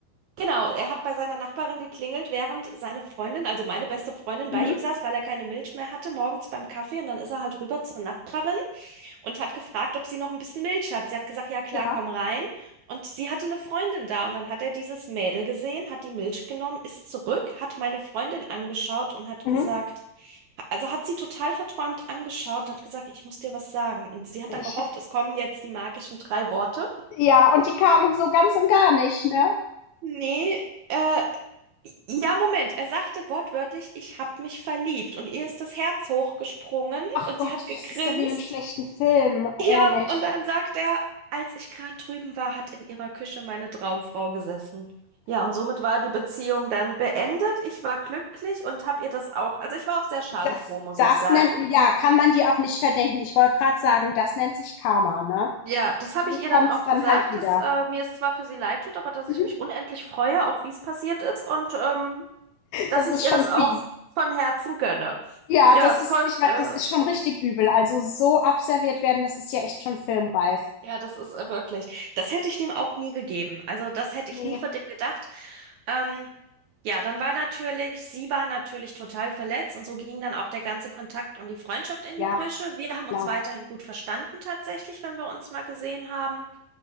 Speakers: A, on the right; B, on the left.
A: genau. Er hat bei seiner Nachbarin geklingelt, während seine Freundin, also meine beste Freundin, bei
B: Mhm.
A: ihm saß, weil er keine Milch mehr hatte, morgens beim Kaffee. Und dann ist er halt rüber zur Nachbarin und hat gefragt, ob sie noch ein bisschen Milch hat. Sie hat gesagt, ja klar,
B: Ja.
A: komm rein. Und sie hatte eine Freundin da und dann hat er dieses Mädel gesehen, hat die Milch genommen, ist zurück, hat meine Freundin angeschaut und hat
B: Mhm.
A: gesagt, also hat sie total verträumt angeschaut und hat gesagt, ich muss dir was sagen. Und sie hat
B: Ich
A: dann gehofft,
B: hab,
A: es kommen jetzt die magischen drei Worte.
B: ja, und die kamen so ganz und gar nicht, ne?
A: Nee, äh, ja, Moment. Er sagte wortwörtlich, ich hab mich verliebt. Und ihr ist das Herz hochgesprungen
B: Ach
A: und
B: Gott,
A: sie hat gegrinst.
B: das ist ja wie in einem schlechten Film,
A: Ja,
B: ehrlich.
A: und dann sagt er, als ich gerade drüben war, hat in ihrer Küche meine Traumfrau gesessen. Ja, und somit war die Beziehung dann beendet. Ich war glücklich und habe ihr das auch, also ich war auch sehr schadenfroh,
B: Das,
A: muss
B: das
A: ich sagen.
B: nennt, ja, kann man dir auch nicht verdenken. Ich wollte gerade sagen, das nennt sich Karma, ne?
A: Ja, das habe
B: So
A: ich ihr
B: kommt's
A: dann auch
B: dann
A: gesagt,
B: halt wieder.
A: dass äh, mir es zwar für sie leid tut, aber dass ich
B: <laughs>
A: mich unendlich freue, auch wie es passiert ist und ähm, dass
B: Das ist
A: ich ihr
B: schon
A: das auch
B: fies.
A: von Herzen gönne.
B: Ja,
A: Ja,
B: das
A: es
B: ist,
A: konnte,
B: ich mein, das ist schon richtig übel. Also so abserviert werden, das ist ja echt schon filmreif.
A: Ja, das ist äh, wirklich. Das hätte ich dem auch nie gegeben. Also das hätte
B: Nee,
A: ich nie von dem gedacht. Ähm, ja, dann war natürlich, sie war natürlich total verletzt und so ging dann auch der ganze Kontakt und die Freundschaft in
B: ja,
A: die Brüche. Wir haben
B: klar.
A: uns weiterhin gut verstanden tatsächlich, wenn wir uns mal gesehen haben.